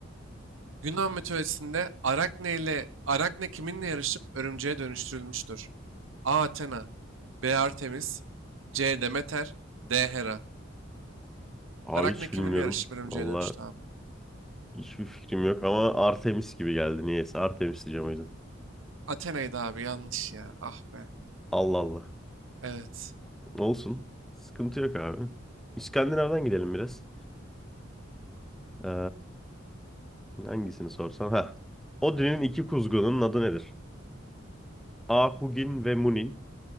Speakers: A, on the right (about 80°); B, in the centre.
A: Yunan mitolojisinde Arakne ile Arakne kiminle yarışıp örümceğe dönüştürülmüştür? A. Athena B. Artemis C. Demeter D. Hera
B: Abi
A: Arakne
B: hiç
A: kiminle
B: bilmiyorum.
A: yarışıp örümceğe
B: Valla
A: dönüştü abi?
B: hiçbir fikrim yok ama Artemis gibi geldi niyeyse. Artemis diyeceğim o yüzden.
A: Athena'ydı abi yanlış ya. Ah be.
B: Allah Allah.
A: Evet.
B: Olsun. Sıkıntı yok abi. İskandinav'dan gidelim biraz. Ee, hangisini sorsam? Ha. Odin'in iki kuzgunun adı nedir? A. Hugin ve Munin